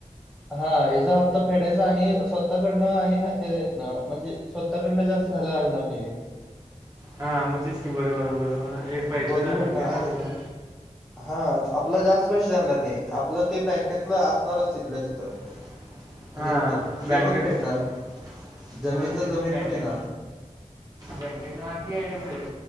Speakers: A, in the centre; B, on the right (about 30°).
A: हा हेज हप्ता फेडायचा आणि, स्वतः कडनं आणि ते इथनं म्हणजे. स्वतःकडनं जास्तं झालायं लागणार नाही रे.
B: हा मग तेच की बरोबर आहे, बरोबर एक पैसा
A: दोन्ही
B: जाणार
A: भेटणार
B: नाही ना
A: आणि
B: आपला.
A: हा आपला जास्त पैसे जाणार नाही, आपलं ते बँकेतलं असणारच तिथलं तिथं.
B: <inaudible> हा
A: आणि त-
B: बँक
A: ते पण
B: हा,
A: फेडणार जमीनचा
B: तेच
A: जमीन
B: की बँकेत.
A: पण येणार
B: बँकेत ना ती आयडिया भारी आहे,